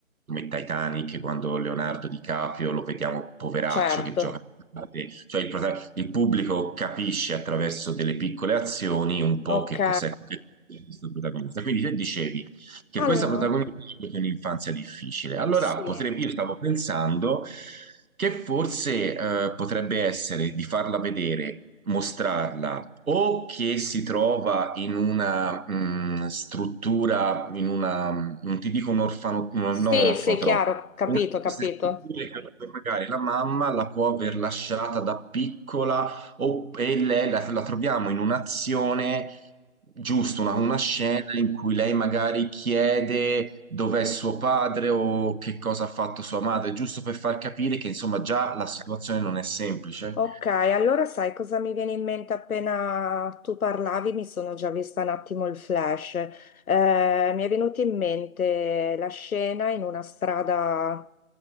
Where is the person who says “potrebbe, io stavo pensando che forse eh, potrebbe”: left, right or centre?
Right